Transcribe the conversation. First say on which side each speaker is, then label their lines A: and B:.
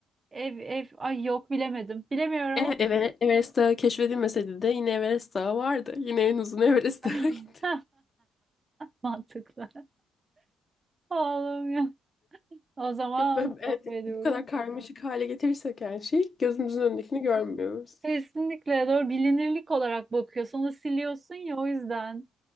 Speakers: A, on the right (about 25°); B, on the left (about 40°).
A: Ev, ev. Ay yok bilemedim. Bilemiyorum.
B: E, Ever- Everest Dağı keşfedilmeseydi de yine Everest Dağı vardı. Yine en uzun <laughs> Everest
A: <laughs>
B: Dağı'ydı.
A: Mantıklı. Oğlum ya. O zaman
B: Evet, ben- evet,
A: devam ediyorum.
B: bu kadar karmaşık hale getirirsek her şeyi gözümüzün önündekini görmüyoruz.
A: Kesinlikle doğru bilinirlik olarak bakıyorsun. Onu siliyorsun ya o yüzden.